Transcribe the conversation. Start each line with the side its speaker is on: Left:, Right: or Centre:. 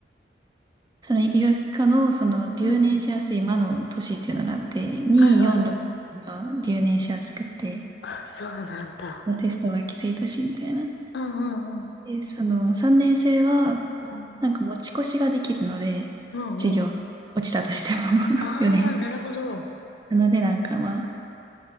Right: その医学科のその留年しやすい魔の年っていうのがあって、
Left: うんうん。
Right: 2、
Left: はいはいはい。
Right: 4、6が留年しやすくて、
Left: あ、そうなんだ。
Right: テストがきついしみたいな。
Left: うんうんうん。
Right: で、その3年生は、
Left: うん
Right: なんか持ち越しができるので、
Left: うんうん。
Right: 授業落ちたとしても
Left: ああ、
Right: <laughs> 4年生。
Left: なるほど。
Right: なのでなんかまあ、